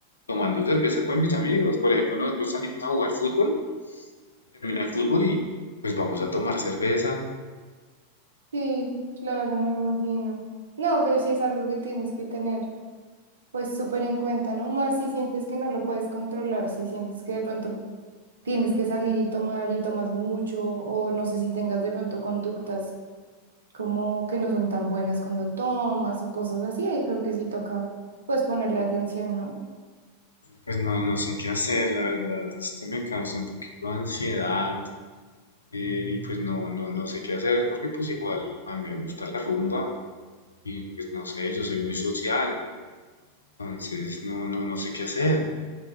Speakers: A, on the left; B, on the right.
A: tomando cerveza con mis amigos. Por ejemplo, nosotros salimos a jugar fútbol, termina el fútbol y pues vamos a tomar cerveza.
B: Sí, claro, me imagino. No, pero sí es algo que tienes que tener pues súper en cuenta, ¿no? Más si sientes que no lo puedes controlar, si sientes que de pronto tienes que salir y tomar y tomas mucho o no sé si tengas de pronto conductas como que no son tan buenas cuando tomas o cosas así, ahí creo que sí toca pues ponerle atención, ¿no?
A: Pues no, no sé qué hacer, la verdad, esto me causa un poquito de ansiedad eh, y pues no, no, no sé qué hacer porque pues igual a mí me gusta la rumba y pues no sé, yo soy muy social, entonces no, no, no sé qué hacer.